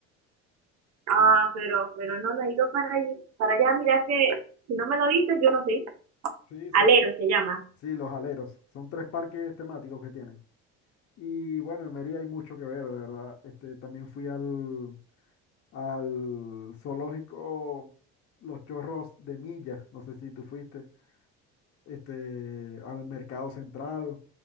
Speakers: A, on the right; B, on the left.
A: Ah,
B: Y
A: pero, pero no, no he ido para, allí- para allá. Mira que si no me lo dices, yo no sé.
B: sí, son,
A: Alero se llama.
B: sí, Los Aleros, son tres parques temáticos que tienen. Y bueno, en Mérida hay mucho que ver, de verdad. Este, también fui al, al zoológico Los Chorros de Milla, no sé si tú fuiste, este, al Mercado Central,